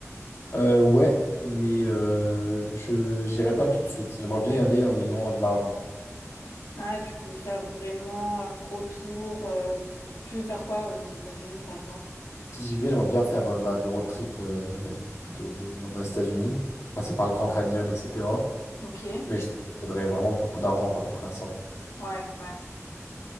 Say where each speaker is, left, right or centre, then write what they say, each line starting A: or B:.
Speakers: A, on the left (about 60°); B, on the left (about 80°).
A: Euh, ouais, mais euh, je j'irai pas tout de suite. J'aimerais bien y aller en ayant de l'argent.
B: Ah, tu veux faire vraiment un gros tour. euh, tu veux faire quoi euh, aux États-Unis, par exemple?
A: Si j'y vais, j'aimerais bien faire euh, bah, le road trip euh, de, de- dans les États-Unis, passer par le Grand Canyon, etc.
B: Ok, ouais,
A: Mais je sais qu'il faudrait vraiment beaucoup d'argent quoi, pour faire ça.
B: ouais.